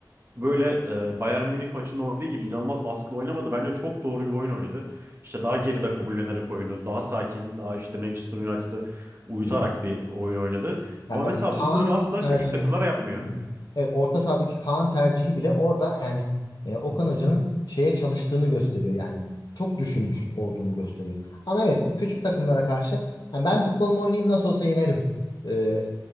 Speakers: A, on the right (about 35°); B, on the left (about 65°).
A: böyle e, Bayern Münih maçında oynadığı gibi inanılmaz baskılı oynamadı. Bence çok doğru bir oyun oynadı. İşte daha geride kabullenerek oyunu, daha
B: Evet.
A: sakin, daha işte Manchester United'ı uyutarak
B: Hı hı.
A: bir oyun oynadı. Ama
B: Yani mesela
A: mesela
B: Kaan
A: bunları asla
B: tercihi
A: küçük takımlara yapmıyor.
B: Hı. evet orta sahadaki Kaan tercihi bile orada yani e, Okan Hoca'nın şeye çalıştığını gösteriyor yani çok düşünmüş olduğunu gösteriyor. Ama evet küçük takımlara karşı yani ben futbolumu oynayayım nasıl olsa yenerim e,